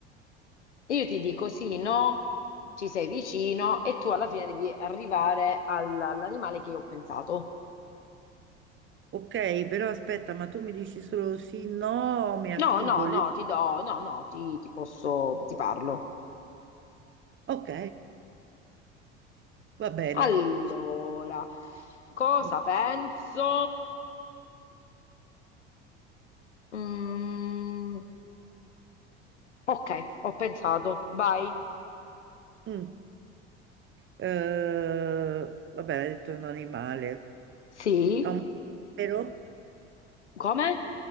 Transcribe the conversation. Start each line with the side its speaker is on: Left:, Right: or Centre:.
Left: Io ti dico sì, no, ci sei vicino e tu alla fine devi arrivare all- all'animale che io ho pensato.
Right: ok, però aspetta, ma tu mi dici solo sì, no, o mi articoli.
Left: No, no, no, ti do, no, no, ti, ti posso, ti parlo.
Right: Ok, va bene.
Left: Allora, cosa
Right: Va-
Left: penso? Mm, ok, ho pensato, vai.
Right: Mm. Eh, va bene, ha detto un animale.
Left: Sì.
Right: È un mammifero?
Left: Come?